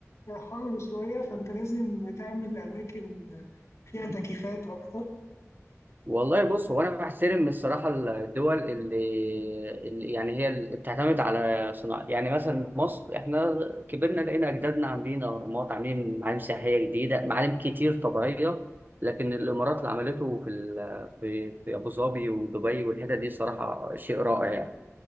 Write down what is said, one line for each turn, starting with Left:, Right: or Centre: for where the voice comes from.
Left: حر شوية فأنت لازم تعمل أماكن فيها تكييفات أكتر
Right: والله بص هو انا بحترم الصراحه الدول اللي, اللي يعني هي اللي بتعتمد على صناعه يعني مثلا مصر احنا كبرنا لقينا اجدادنا عاملين اهرامات عاملين معالم سياحيه جديده معالم كتير طبيعيه لكن الامارات اللي عملته في ال... في في ابو ظبي ودبي والحتت دي صراحه شيء رائع يعني